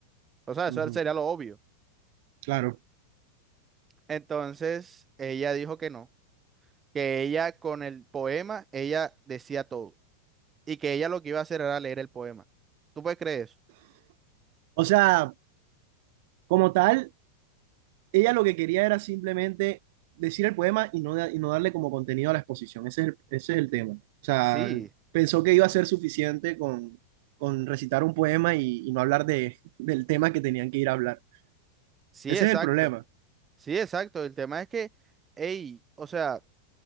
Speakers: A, on the right; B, on the right.
A: O sea,
B: Ujú,
A: eso sería lo obvio.
B: claro.
A: Entonces, ella dijo que no, que ella con el poema, ella decía todo y que ella lo que iba a hacer era leer el poema. ¿Tú puedes creer eso?
B: O sea, como tal, ella lo que quería era simplemente decir el poema y no, da- y no darle como contenido a la exposición. Ese es el, ese es el tema. O sea,
A: Sí,
B: pensó que iba a ser suficiente con, con recitar un poema y, y no hablar de, del tema que tenían que ir a hablar.
A: Sí,
B: Ese
A: exacto.
B: es el problema.
A: Sí, exacto. El tema es que, hey, o sea,